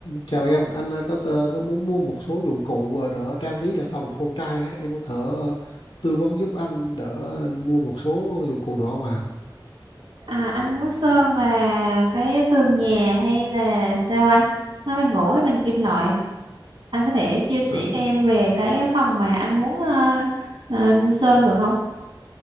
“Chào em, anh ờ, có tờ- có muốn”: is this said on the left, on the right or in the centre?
Left